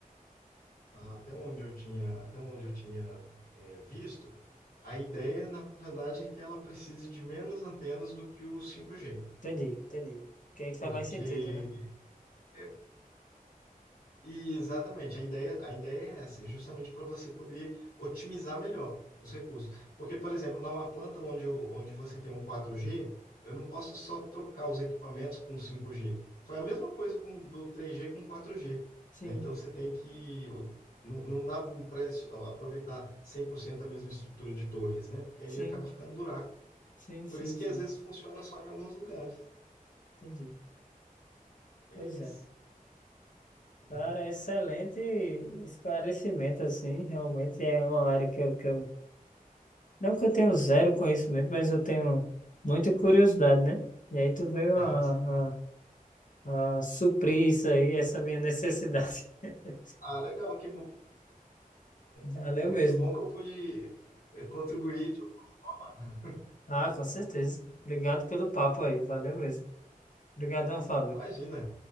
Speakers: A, on the left; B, on the left.
A: até onde eu tinha, até onde eu tinha é, visto, a ideia, na verdade, é que ela precise de menos antenas do que o cinco g
B: entendi, entendi. Que aí faz
A: Porque
B: mais sentido, né?
A: é, E exatamente, a ideia, a ideia é essa, é justamente para você poder otimizar melhor os recursos. Porque, por exemplo, numa planta onde, eu- onde você tem um 4G, eu não posso só trocar os equipamentos com 5G. Foi a mesma coisa com, do 3G com 4G,
B: Sim,
A: né? Então você tem que. Não, não dá para aproveitar 100% a mesma estrutura de torres, né? Porque aí
B: sim,
A: acaba ficando buraco.
B: sim, sim,
A: Por isso que
B: sim.
A: às vezes funciona só em alguns lugares.
B: Entendi.
A: É
B: Pois
A: isso.
B: é. Cara,
A: Hum.
B: excelente esclarecimento, assim. Realmente é uma área que eu, que eu. Não que eu tenho zero conhecimento, mas eu tenho muita curiosidade, né? E aí tu veio
A: Não,
B: a,
A: isso- é,
B: Ah, suprir isso aí, essa minha necessidade. <laughs>
A: ah, legal, que bom.
B: Valeu
A: Que bom,
B: mesmo.
A: que bom que eu pude eh, contribuir de alguma forma. né?
B: Ah, com certeza. Obrigado pelo papo aí. Valeu mesmo. Obrigadão, Fábio.
A: Imagina.